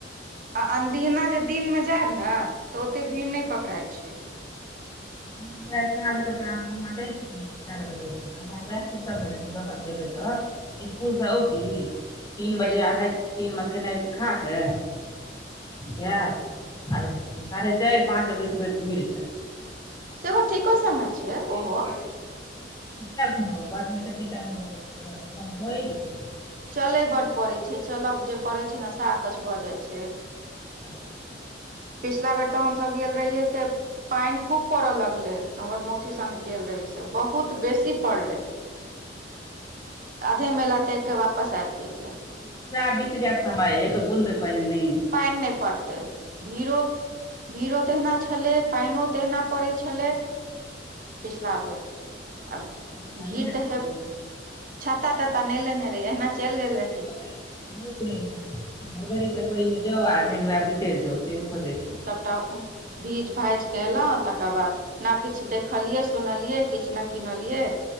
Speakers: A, on the right; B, on the left.
A: आ अनदिना जे दिन मे जायब ने त ओते भीड़ नहि पकड़इ छै
B: आब त आठ नाँ जाइ छिय चार बजे एह रहत देबै त स्कूल स अउति तीन बजे
A: मेला
B: अढ़ाइ बजे दिनमे खेनाइ खा क जायब आर साढ़े चारि पाँच अबैत बैत घुरि जायब
A: सेहो ठीको समय छै
B: घ
A: ओहो
B: घटत टाइम <unintelligible> <unintelligible> ल अतवे मे भएजेतै
A: चलय बड पड़ै छै चलब जे पड़ै छै ने सेह अकछ भ जाइ छै
B: ह <inaudible>
A: पिछला बेर त हमस गेल रहियै से पाइन खूब पड़य लगले हमर मौसी संगेगेल रहहि से बहुत बेसी पड़ले आधे मेला देख के वापस आबि गेलियै
B: पूरा बीत गयके समय एक बूद फैनी
A: पानि नहि पड़तै भीड़ो भीड़ो तहिना छलै पानिो तहिहना पड़ै छलै पिछलाबेर अ
B: छै
A: भीड़
B: लेने छलहुँ
A: तऽ हे छ्ता त्तता नहि लेने रही अहिना चलि गेल रही
B: हरबरी तरवरीमे जाउ आ वएह बिसरि जाउ सेहो भजै छै
A: सबटा भीज भाइज के एलहुँं तकर बाद न किछु देखलियै सुनलियै किछु ने किनलियै